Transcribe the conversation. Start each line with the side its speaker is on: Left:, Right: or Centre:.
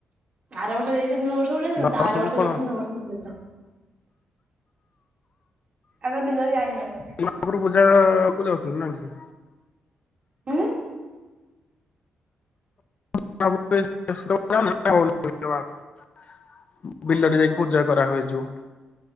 Right: ଆର ବର୍ଷ ଯାଇଥିଲ ନୂଆର୍ଷ ପୂର୍ବ
Left: ହୁଁ
Right: ଦିନ ତା ଆର
Left: ସବୁ
Right: ବର୍ଷ
Left: କଣ
Right: ଯାଇଥିଲି ନୁଆ ବର୍ଷ ପୂର୍ବ ଦିନ। ଆଗର ବିଲଲ ଯାଇଣିି ଆ ତ <unintelligible>
Left: ତାପରୁ ପୂଜା କୁ ଯାଉଥିଲେ ନା କି?
Right: ହୁଁ।
Left: <unintelligible> ବିଲରେ ଯାଇକି ପୂଜା କରା ହୁଏ ଯୁ